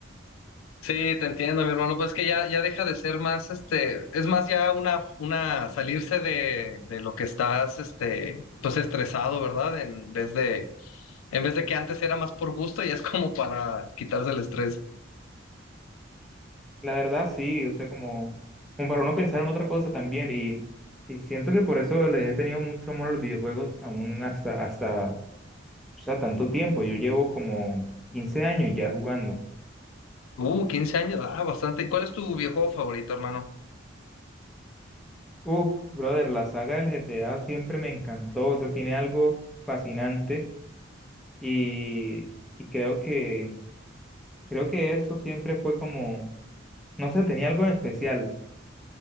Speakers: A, on the left (about 85°); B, in the centre.
A: Sí, te entiendo, mi hermano. Pues que ya, ya deja de ser más, este, es más ya una, una salirse de, de lo que estás, este, pues estresado, ¿verdad? En vez de, en vez de que antes era más por gusto y es como para quitarse el estrés.
B: La verdad sí, o sea, como, como para uno pensar en otra cosa también y, y siento que por eso les he tenido mucho amor a los videojuegos aún hasta, hasta, o sea, tanto tiempo. Yo llevo como 15 años ya jugando.
A: Uh, quince años, ah, bastante. ¿Y cuál es tu videojuego favorito, hermano?
B: Uf, brother, la saga del GTA siempre me encantó, o sea, tiene algo fascinante y, y creo que, creo que eso siempre fue como, no sé, tenía algo en especial,